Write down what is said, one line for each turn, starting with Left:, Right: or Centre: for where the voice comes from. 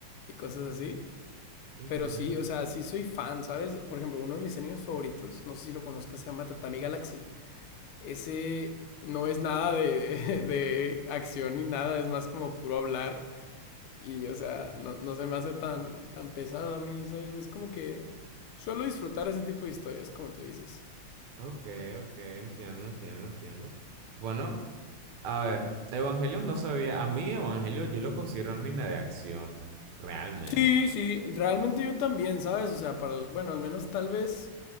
Left: y cosas así.
Right: Ujú.
Left: Pero sí, o sea, sí soy fan, ¿sabes? Por ejemplo, uno de mis animes favoritos, no sé si lo conozcas, se llama Tatami Galaxy. Ese no es nada de, <laughs> de acción ni nada, es más como puro hablar. Y, o sea, no, no se me hace tan, tan pesado a mí, ¿sabes? Es como que suelo disfrutar ese tipo de historias, como tú dices.
Right: Ok, ok, entiendo, entiendo, entiendo. Bueno, a ver, Evangelion no sabía, a mí Evangelion yo lo considero anime de acción, realmente.
Left: Sí, sí, realmente yo también, ¿sabes? O sea, para, el- bueno, al menos tal vez